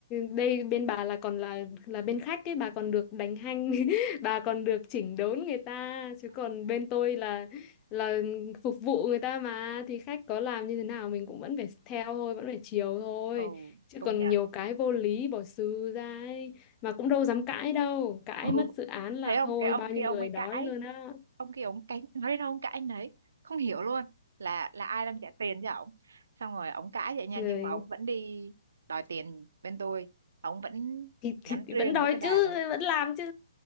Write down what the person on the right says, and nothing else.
ừ
công
nhận
ừ
thấy không
cái ông
kia ông
ấy
cãi
ông kia ông cãi nói đến đâu ông cãi đến đấy không hiểu luôn là là ai đang trả tiền cho ông xong rồi ông cãi vậy nha
nhưng mà ông vẫn đi đòi tiền bên tôi ông vẫn
nhắn riêng
với cái bà
đây